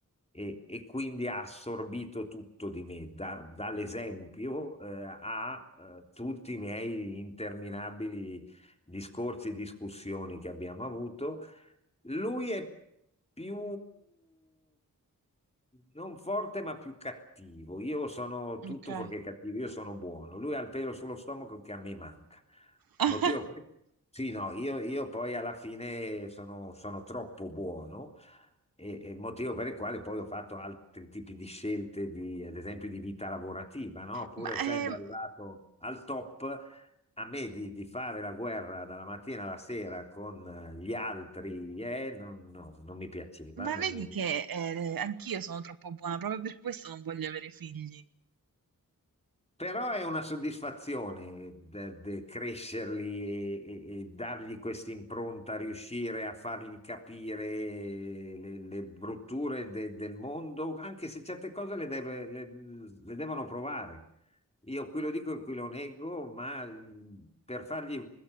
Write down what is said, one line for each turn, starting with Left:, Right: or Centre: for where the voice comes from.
Left: e, e quindi ha assorbito tutto di me, da- dall'esempio eh, a eh, tutti i miei interminabili discorsi e discussioni che abbiamo avuto lui è più non forte, ma più cattivo. Io sono tutto
Right: Okay.
Left: fuorché cattivo, io sono buono. Lui ha il pelo sullo stomaco che a me manca.
Right: <laughs>
Left: Motivo per- Sì, no, io, io poi alla fine sono, sono troppo buono, e, e motivo per il quale poi ho fatto altri tipi di scelte, di, ad esempio di vita lavorativa, no? Pur
Right: Ma,
Left: essendo
Right: ehm,
Left: arrivato al top a me di, di fare la guerra dalla mattina alla sera con eh, gli altri, eh, non, no, non mi piaceva,
Right: ma
Left: non
Right: vedi
Left: mi,
Right: che, ehm, anch'io sono troppo buona, proprio per questo non voglio avere figli.
Left: Però è una soddisfazione de- de- crescerli e, e- e dargli questa impronta, riuscire a fargli capire le, le brutture de- del mondo, anche se certe cose le, deve- le- le devono provare. Io qui lo dico e qui lo nego, ma l- per fargli,